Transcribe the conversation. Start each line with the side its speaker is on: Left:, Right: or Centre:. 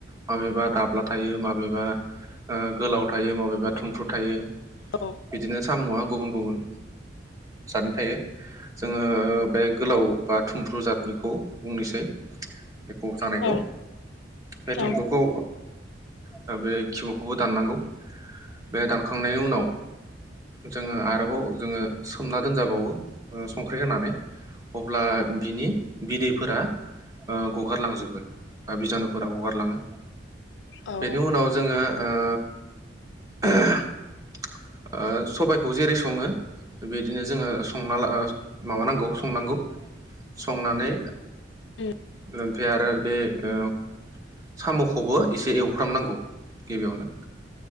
Right: माबेबा दाब्ला थायो माबेबा गोलाव थायो माबेबा थुमफ्रु थायो
Left: औ
Right: बिदिनो साम'आ गुबुन गुबुन जादनि थायो जोङो बे गोलाव बा थुमफ्रु जाथ बेखौ बुंनोसै बेखौ जानायखौ
Left: औ
Right: बे
Left: औ
Right: थुम्फुखौ दा बे किब'खौबो दाननांगौ बे दानखांनायनि उनाव जोङो आरोबाव जोङो सोमना दोनजाबावो संख्रि होनानै अब्ला बिनि बिदैफोरा ओ गगारलांजोबो बा बिजानुफोरा गगारलाङो
Left: औ
Right: बेनि
Left: औ
Right: उनाव जोङो ओ ओ सबायखौ जेरै सङो बिदिनो जोङो संना ला माबानांगौ संनांगौ संनानै
Left: उम
Right: ओमफ्राय आरो बे ओ साम'खौबो एसे एवफ्रामनांगौ गिबियावनो